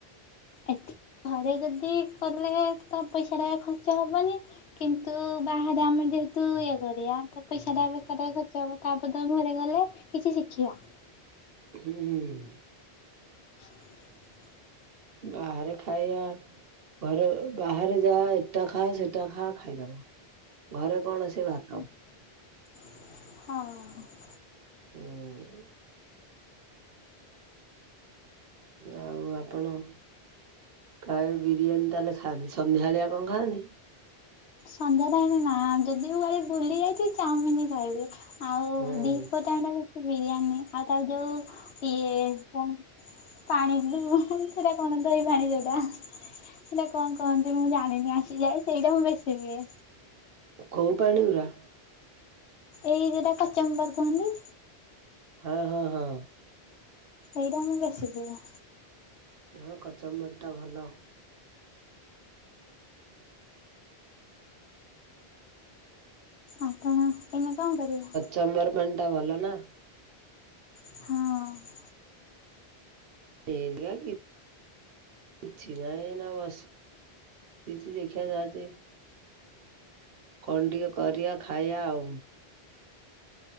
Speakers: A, on the left (about 85°); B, on the right (about 65°).
A: ଏଠି ଘରେ ଯଦି କଲେ ତ ପଇସା ଟା ଖର୍ଚ୍ଚ ହେବନି। କିନ୍ତୁ ବାହାରେ ଆମେ ଯେହେତୁ ଇଏ କରିବା ତ ପଇସାଟା ବେକାର ଟାରେ ଖର୍ଚ୍ଚ ହେବ ତା ବଦଳ ଘରକୁ ଗଲେ କିଛି ଶିଖିବା।
B: ହୁଁ ହୁଁ।
A: <inaudible>
B: ବାହାରେ ଖାଇବା। ଘରେ ବାହାରେ ଯା ଏଟା ଖାଅ ସେଟା ଖା ଖାଇଦବ। ଘରେ କଣ ସେ ଭାତ।
A: ହଁ।
B: ହୁଁ। ଆଉ ଆପଣ? କାହି ବିରିୟାନୀ ତାହେଲେ ଖାଆନ୍ତି, ସନ୍ଧ୍ୟାଳିଆ କଣ ଖାଆନ୍ତି?
A: ସନ୍ଧ୍ୟା ଟାଇ ନା ଯଦି କୁଆଡେ ବୁଲି ଯାଇଛି ଚାଉମିନ ହିଁ ଖାଇବି। ଆଉ
B: ହୁଁ
A: ଦିପପଟାଣ ଟା କିଛି ବିରିୟାନୀ ଆଉ ତାର ଯୋଉ ଇଏ କଣ? ପାଣି ଯ ସେଟା କଣ ଧଇ ପାଣି ଯୋଉଟା? ସେଇଟା କଣ କହନ୍ତି ମୁଁ ଜାଣିନି ଆସିଯାଏ ସେଇଟା ମୁଁ ବେଶି ପିଏ।
B: କୋଉ ପାଣି ଉରା?
A: ଏଇ ଯୋଉଟା କଚମ୍ବାର କୁହନ୍ତି।
B: ହଁ ହଁ ହଁ।
A: ଏଇଟା ମୁଁ ବେଶୀ ପିଏ।
B: ହଁ କଚମ୍ବର ଟା ଭଲ।
A: ଆପଣ ଏମେ କଣ କରିବ?
B: ଚବର ପଣ୍ଟା ଭଲ ନା?
A: ହଁ।
B: ଏନିଆ କି କିଛି ନାଇଁ ଏଇନା, ବସି ଚି ଦେଖିଆ ଜା ଚି କଣ୍ ଟିକେ କରିଆ ଖାଇଆ ଆଉ?